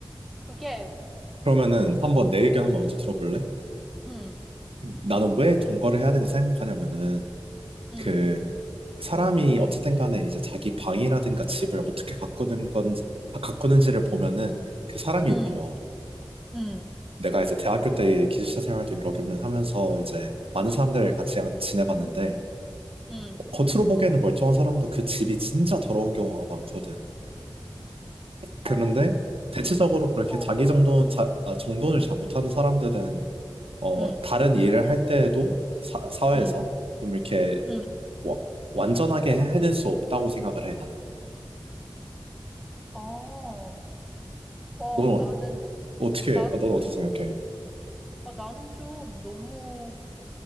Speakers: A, in the centre; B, on the right (about 80°).
A: 그게,
B: 그러면은 한번 내 의견 한번 먼저 들어볼래?
A: 음,
B: 나는 왜 동거를 해야 되냐 생각하냐면은
A: 음,
B: 그 사람이 어쨌든 간에 이제 자기 방이라든가 집을 어떻게 가꾸는 건지 아, 가꾸는지를 보면은 그 사람이
A: 음.
B: 보여.
A: 음.
B: 내가 이제 대학교 때 기숙사 생활도 여러 개 하면서 이제 많은
A: 응,
B: 사람들을 같이 아- 지내봤는데
A: 응.
B: 겉으로 보기에는 멀쩡한 사람도 그 집이 진짜 더러운 경우가 많거든. 그런데
A: 어,
B: 대체적으로 그렇게
A: 어,
B: 자기 정돈 자, 아, 정돈을 잘 못하는 사람들은 어
A: 응,
B: 다른 일을 할 때에도 사, 사회에서
A: 응,
B: 좀 이렇게
A: 응.
B: 와- 완전하게 해낼 수 없다고 생각을 해 나는.
A: 어, 어,
B: 너
A: 나는,
B: 어떻게,
A: 나는
B: 어, 넌 어떻게
A: 좀,
B: 생각해?
A: 아, 나는 좀 너무,